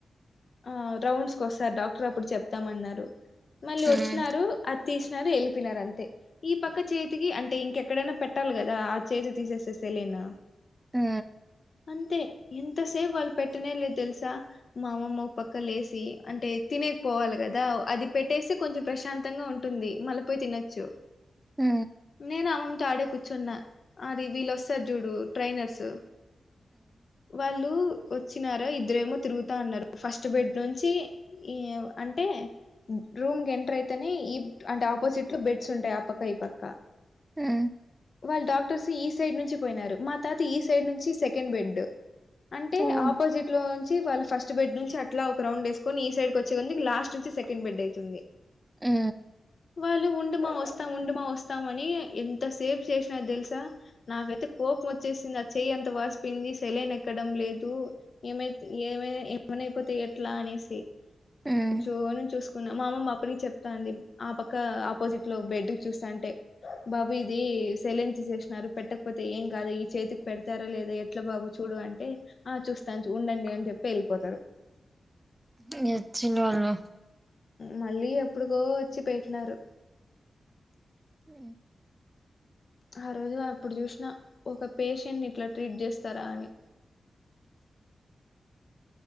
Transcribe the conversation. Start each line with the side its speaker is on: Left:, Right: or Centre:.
Left: ఆ రౌండ్స్ కొస్తారు డాక్టర్ అప్పుడు చెప్తామన్నారు మళ్ళీ వచ్చినారు
Right: మ్
Left: అది తీసినారు వెళ్ళిపోనారు అంతే ఈ పక్క చేతికి అంట్ అంటే ఇంకెక్కడైనా పెట్టాలి కదా ఆ చేతికి తీసేస్తే సెలిన్
Right: ఆ
Left: అంతే ఎంతసేపు వాళ్ళు పెట్టనే లేదు తెల్సా మా అమ్మమ్మ ఒక్ పక్క లేసి అంటే తినేకి పోవాలి కదా అది పెట్టేస్తే కొంచెం ప్రశాంతంగా ఉంటుం ఉంటుంది మళ్ళపోయి తినొచ్చు
Right: ఆ
Left: నేను అమ్మమ్మతో ఆడే కూర్చున్న అది వీళ్ళొస్తారు చూడు ట్రైనర్స్ వాళ్ళు వచ్చినార ఇద్దరేమో తిరుగుతాన్నారు ఫస్ట్ బెడ్ నుంచి ఈ అంటే రూమ్ కి ఎంటర్ అయితేనే ఈ అంటే ఆపోజిట్ లో బెడ్స్ ఉంటాయి ఆ పక్క ఈ పక్క
Right: ఆ
Left: వాళ్ళు డాక్టర్స్ ఈ సైడ్ నుంచి పోయినారు మా తాత ఈ సైడ్ నుంచి సెకండ్ బెడ్ అంటే
Right: ఓ
Left: ఆపోజిట్ లో నుంచి వాళ్ళు ఫస్ట్ ఫస్ట్ బెడ్ నుంచి అట్లా ఒక రౌండ్ వేసుకొని ఈ సైడ్ కొచ్చేందుకు లాస్ట్ నుంచి సెకండ్ బెడ్ అయితుంది
Right: ఆ
Left: వాళ్ళు ఉండుమా వస్తాం ఉండుమా వస్తాం అని ఎంత సేపు చేసినారు తెలుసా నాకైతే కోపం వచ్చేసింది ఆ చెయ్యి ఎంత వాసిపోయింది సెలైన్ ఎక్కడం లేదు ఏమై ఏమైనా ఏమైనా అయిపోతా ఎట్లా అనేసి
Right: ఉమ్
Left: కూర్చుని చూసుకో మా అమ్మమ్మ అప్పటికి చెప్తా అంది ఆ పక్క ఆపోజిట్ లో బెడ్ చూస్తా అంటే బాబు ఇది సెలైన్ తీసేసినారు పెట్టకపోతే ఏం కాదా ఈ చేతికి పెడతారా లేదా ఎట్ల బాబు చూడు అంటే ఆ చూస్తాను ఉండండి అని చెప్పి వెళ్ళిపోతారు
Right: ఇగ ఎచ్చినోళ్లు
Left: మళ్ళీ ఎప్పుడుకో వచ్చి పెటినారు
Right: అ
Left: ఆ రోజు అప్పుడు చూసినా ఒక పేషెంట్ ని ఇట్లా ట్రీట్ చేస్తారా అని